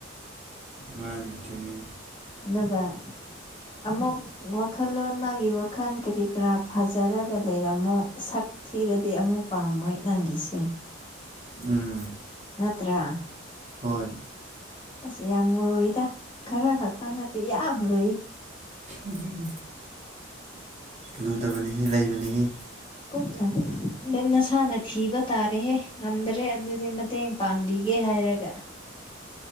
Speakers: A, on the right; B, on the left.
A: ꯃꯥꯥꯟꯇꯃꯤ
B: ꯑꯗꯨꯒ ꯑꯃꯨꯛ ꯋꯥꯈꯜꯂꯣꯟ ꯃꯥꯒꯤ ꯋꯥꯈꯜ ꯀꯔꯤ ꯀꯔꯥ ꯐꯖꯔꯒ ꯂꯩꯔꯝꯃꯣꯛ ꯊꯤꯔꯗꯤ ꯑꯃꯨꯛ ꯄꯥꯝꯃꯣꯏ ꯅꯪꯒꯤꯁꯦ
A: ꯎꯝ
B: ꯅꯠꯇ꯭ꯔ
A: ꯍꯣꯏ
B: ꯑꯁ ꯌꯥꯝ ꯃꯨꯔꯨꯏꯗ ꯈꯔ ꯈꯛꯇꯪ ꯅꯠꯇꯦ ꯌꯥꯝ ꯂꯨꯏ
A: ꯑꯗꯨ ꯂꯨꯗꯕꯅꯤꯍ ꯂꯩꯕꯅꯤꯍ
B: ꯀꯨꯞꯅ ꯑꯗꯨ ꯅꯁꯥꯅ ꯊꯤꯕ ꯇꯥꯔꯦꯍꯦ ꯉꯝꯗ꯭ꯔꯦ ꯑꯗꯨꯗꯤ ꯃꯇꯦꯡ ꯄꯥꯡꯕꯤꯒꯦ ꯍꯥꯏꯔꯒ